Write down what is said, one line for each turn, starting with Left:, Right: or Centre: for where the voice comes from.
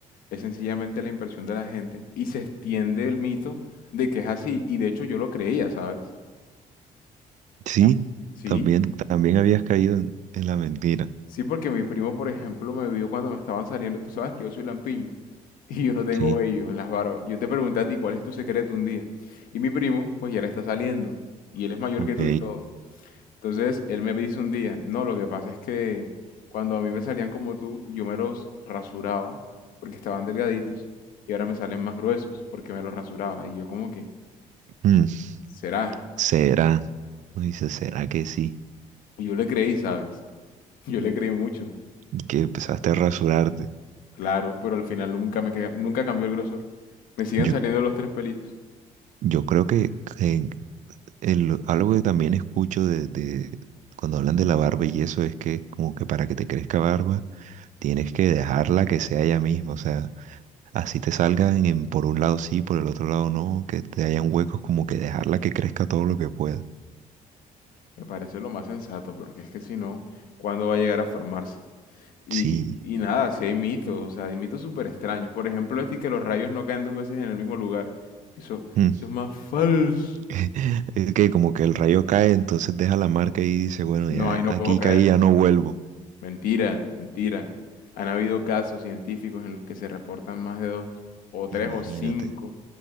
Left: es sencillamente la impresión de la gente y se extiende el mito de que es así, y de hecho yo lo creía, ¿sabes?
Right: Sí,
Left: Sí,
Right: también, también habías caído en, en la mentira.
Left: sí, porque mi primo, por ejemplo, me vio cuando me estaban saliendo, tú sabes que yo soy lampiño <laughs> y yo no tengo
Right: Sí,
Left: vello en las barbas. Yo te pregunté a ti cuál es tu secreto un día, y mi primo, pues ya le está saliendo, y él es mayor
Right: ok.
Left: que tú y todo. Entonces él me dice un día, no, lo que pasa es que cuando a mí me salían como tú, yo me los rasuraba porque estaban delgaditos y ahora me salen más gruesos porque me los rasuraba. Y yo como que,
Right: Mm.
Left: ¿será?
Right: será, uno dice, ¿será que sí?
Left: Y yo le creí, ¿sabes? <laughs> Yo le creí mucho,
Right: Y que empezaste a rasurarte.
Left: claro, pero al final nunca me ca- nunca cambió el grosor. Me siguen
Right: Yo,
Left: saliendo los tres pelitos.
Right: yo creo que, que el- algo que también escucho de, de cuando hablan de la barba y eso es que como que para que te crezca barba tienes que dejarla que sea ella misma, o sea, así te salgan en, por un lado sí, por el otro lado no, que te hayan huecos, como que dejarla que crezca todo lo que pueda.
Left: Me parece lo más sensato, porque es que si no, ¿cuándo va a llegar a formarse? Y,
Right: Sí.
Left: y nada, si hay mitos, o sea, hay mitos súper extraños. Por ejemplo, este que los rayos no caen dos veces en el mismo lugar. Eso,
Right: mm.
Left: eso es más falso.
Right: <laughs> Es que como que el rayo cae, entonces deja la marca y dice, bueno,
Left: No,
Right: ya
Left: ahí no
Right: aquí
Left: puedo caer.
Right: caí, ya no vuelvo.
Left: Mentira, mentira. Han habido casos científicos en los que se reportan más de dos, o tres,
Right: Imagínate.
Left: o cinco.